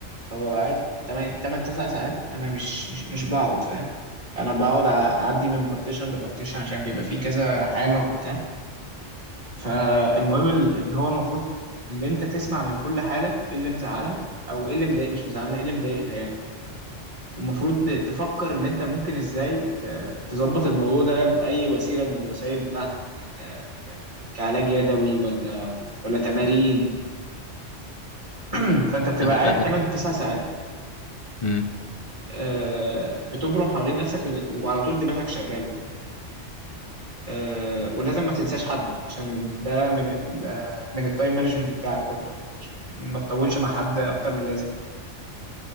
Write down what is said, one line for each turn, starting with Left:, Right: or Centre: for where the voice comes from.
Right: فببقى قاعد تمن تمن تسع ساعات انا مش مش مش بقعد فاهم انا بقعد أع- اعدي من بارتيشن لبارتيشن عشان بيبقى فيه كذا حاله وبتاع فالمهم ال- اللي هو المفروض اللي انت تسمع من كل حاله ايه اللي مزعلها او ايه اللي مضايق مش مزعلها ايه اللي مضايقها يعني ومفروض ت- تفكر اللي انت ممكن ازاي ت- تظبط الموضوع ده باي وسيله من الوسائل بتاعتك ك... ك... ك- كعلاج يدوي ولا ولا تمارين <clears throat> فانت بتبقى
Left: انا
Right: قاعد
Left: انا
Right: 8 9 ساعات
Left: مم.
Right: آه، بتبرم حوالين نفسك ود- وعلى طول دماغك شغاله آه، ولازم ما تنساش حد عشان ده من ال آه، من التايم مانجمنت بتاعك برضو إن ما تطولش مع حد اكتر من اللازم